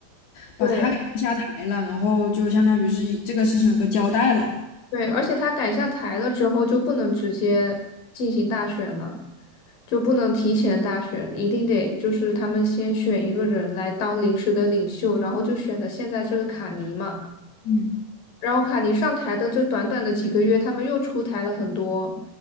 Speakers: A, on the left; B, on the left.
A: 把他给弄下台了，
B: 对，
A: 然后就相当于是这个事情有个交代了。
B: 对，而且他改下台了之后，就不能直接进行大选了，就不能提前大选，一定得就是他们先选一个人来当临时的领袖，然后就选了现在这个卡尼嘛。
A: 嗯。
B: 然后卡尼上台的这短短的几个月，他们又出台了很多，